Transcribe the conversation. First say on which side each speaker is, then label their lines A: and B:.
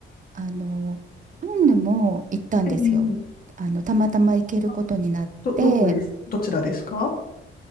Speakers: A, on the right; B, on the left.
A: あの、カンヌも行ったんですよ。
B: ええ
A: あの、たまたま行けることになって、
B: あど、どこです、どちらですか